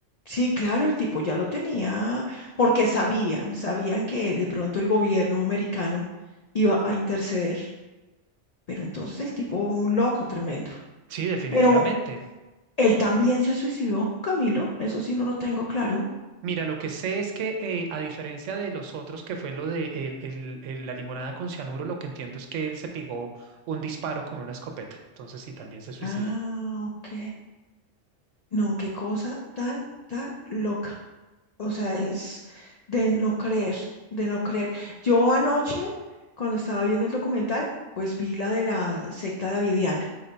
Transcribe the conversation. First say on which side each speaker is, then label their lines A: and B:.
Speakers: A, on the left; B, on the right.
A: Sí, claro, el tipo ya lo tenía, porque sabían, sabían que de pronto el gobierno americano iba a interceder, pero entonces el tipo, un loco tremendo.
B: Sí, definitivamente.
A: Pero él también se suicidó, Camilo, eso sí no lo tengo claro.
B: Mira, lo que sé es que eh, a diferencia de los otros, que fue lo de el- el- el- la limonada con cianuro, lo que entiendo es que él se pegó un disparo con una escopeta. Entonces sí, también se suicidó.
A: Ah, ok. No, qué cosa tan, tan loca. O sea, es de no creer, de no creer. Yo anoche, cuando estaba viendo el documental, pues vi la de la secta davidiana